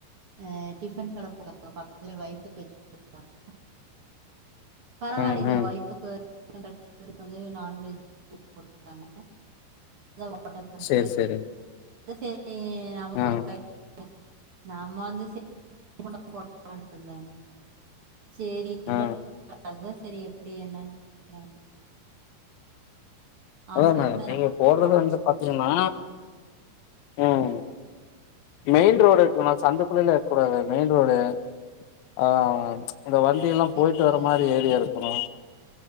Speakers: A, on the right; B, on the left.
A: அ டிபன் கடை போடுவாங்க ஃவைப்புக்கு வச்சு குடுத்திருப்பாங்க பரவாயில்லைங்க
B: ம் ம்
A: ஒய்ஃபுக்கு <unintelligible> பேருக்கு வந்து நான்வெஜ் குடுத்தாங்க <unintelligible> ஓட்டல் வருது
B: சேரி சேரி
A: இது சேரி இ அவன்
B: ஆ
A: ஒரு <unintelligible> <unintelligible> நாம வந்து ச <unintelligible> போட இருந்தாங்க சேரி இல்ல
B: ஆ
A: செரி எப்டி என்னன்னு கேக்றாங்க அவங்களுக்குமே
B: அதான் மேடம் நீங்க
A: நான்
B: போடுறது
A: ஓடுது
B: வந்து பாத்தீங்கன்னா ம் மெயின் ரோடு இருக்குனா சந்தக்குள்ளல இருக்கக் கூடாது மெயின் ரோடு ஆ இந்த வண்டிய எல்லா
A: சரிங்க
B: போயிட்டு வர
A: சார்
B: மாரி ஏரியா இருக்கு அப்றோ